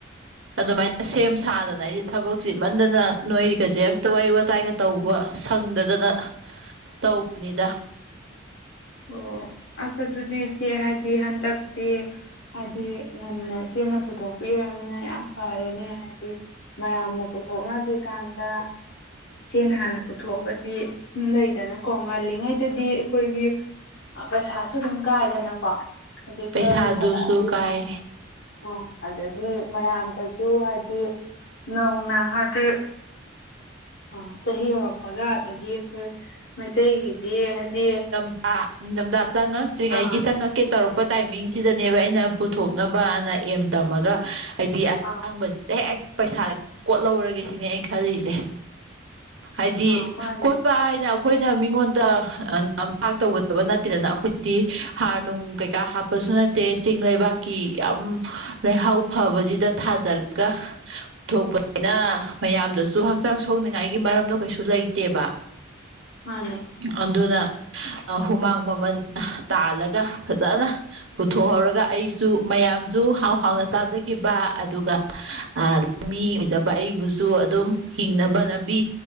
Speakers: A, on the right (about 65°); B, on the left (about 55°).
A: ꯑꯗꯨꯃꯥꯏꯅ ꯁꯦꯝ ꯁꯥꯗꯅ ꯑꯩꯁꯦ ꯊꯕꯛ ꯆꯤꯟꯃꯟꯗꯅ ꯅꯣꯏꯒꯁꯦ ꯑꯝꯇꯒ ꯋꯥꯔꯤ ꯋꯥꯇꯥꯏꯒ ꯇꯧꯕ ꯁꯪꯗꯗꯅ ꯇꯧꯕꯅꯤꯗ
B: ꯑꯣ ꯑꯁ ꯑꯗꯨꯗꯤ ꯏꯆꯦ ꯍꯥꯏꯗꯤ ꯍꯟꯗꯛꯇꯤ ꯍꯥꯏꯗꯤ ꯉꯟꯅ ꯏꯆꯦꯅ ꯄꯨꯊꯣꯛꯄꯤꯔꯝꯃꯤꯅ ꯌꯥꯝ ꯐꯔꯦꯅꯦ ꯍꯥꯏꯗꯤ ꯃꯌꯥꯝꯅ ꯄꯨꯊꯣꯛꯅꯗ꯭ꯔꯤꯀꯥꯟꯗ ꯏꯆꯦꯅ ꯍꯥꯟꯅ ꯄꯨꯊꯣꯛꯑꯒꯗꯤ ꯎ ꯂꯩꯗꯅꯀꯣ ꯉꯜꯂꯤꯉꯩꯗꯗꯤ ꯑꯩꯈꯣꯏꯒꯤ ꯄꯩꯁꯥꯁꯨ ꯑꯗꯨꯝ ꯀꯥꯏꯗꯅꯀꯣ ꯍꯥꯏꯗꯤ
A: ꯄꯩꯁꯥꯗꯨꯁꯨ
B: ꯈꯔ ꯂꯤꯁꯜꯂꯛꯑꯗꯤ
A: ꯀꯥꯏ
B: ꯑꯃꯨꯛ ꯑꯣ ꯑꯗꯒꯤ ꯃꯌꯥꯝꯗꯁꯨ ꯍꯥꯏꯗꯤ ꯅꯧꯅ ꯍꯥꯏꯗꯤ ꯑ ꯆꯍꯤ ꯍꯧꯔꯛꯄꯒ ꯑꯗꯒꯤ ꯑꯩꯈꯣꯏ ꯃꯩꯇꯩꯒꯤꯗꯤ ꯍꯥꯏꯗꯤ
A: ꯑꯥ ꯅꯤꯡꯊꯝꯊꯥ ꯆꯪꯉꯛꯇ꯭ꯔꯤꯉꯩꯒꯤ
B: ꯑꯥ
A: ꯆꯪꯉꯛꯀꯦ ꯇꯧꯔꯛꯄ ꯇꯥꯏꯃꯤꯡꯁꯤꯗꯅꯦꯕ ꯑꯩꯅ ꯄꯨꯊꯣꯛꯅꯕꯅ ꯑꯦꯝ ꯇꯝꯃꯒ ꯍꯥꯏꯗꯤ ꯑꯇꯥꯡꯕꯁꯦ
B: ꯑꯥ
A: ꯍꯦꯛ ꯄꯩꯁꯥ ꯀꯣꯠꯍꯧꯔꯒꯦ ꯁꯤꯅꯦ ꯑꯩ ꯈꯜꯂꯤꯁꯦ ꯍꯥꯏꯗꯤ
B: ꯑꯥ ꯃꯥꯅꯦ
A: ꯀ‌ꯣꯠꯄ ꯍꯥꯏꯅ ꯑꯩꯈꯣꯏꯅ ꯃꯤꯉꯣꯟ ꯗ ꯅꯝꯊꯥꯛ ꯇꯧꯒꯗꯕ ꯅꯠꯇꯦꯗꯅ ꯑꯩꯈꯣꯏꯗꯤ ꯍꯥꯔ ꯅꯨꯡ ꯀꯩꯀꯥ ꯍꯥꯞꯄꯁꯨ ꯅꯠꯇꯦ ꯆꯤꯡ ꯂꯩꯕꯥꯛ ꯀꯤ ꯌꯥꯝ ꯂꯩꯩꯍꯥꯎ ꯐꯕꯁꯤꯗ ꯊꯥꯖꯔꯒ ꯄꯨꯊꯣꯛꯄꯅꯤꯅ ꯃꯌꯥꯝꯗꯁꯨ ꯍꯛꯆꯥꯡ ꯁꯣꯛꯅꯤꯡꯉꯥꯏꯒꯤ ꯃꯔꯝꯗꯣ ꯀꯩꯁꯨ ꯂꯩꯇꯦꯕ
B: ꯃꯥꯅꯦ
A: ꯑꯗꯨꯅ ꯍꯨꯃꯥꯡ ꯃꯃꯜ ꯇꯥꯜꯂꯒ ꯐꯖꯅ ꯄꯨꯊꯣꯛꯍꯧꯔꯒ ꯑꯩꯁꯨ ꯃꯌꯥꯝꯁꯨ ꯍꯥꯎ ꯍꯥꯎꯅ ꯆꯥꯖꯈꯤꯕ ꯑꯗꯨꯒ ꯑꯥ ꯃꯤ ꯑꯣꯏꯖꯕ ꯑꯩꯕꯨꯁꯨ ꯑꯗꯨꯝ ꯍꯤꯡꯅꯕ ꯂꯝꯕꯤ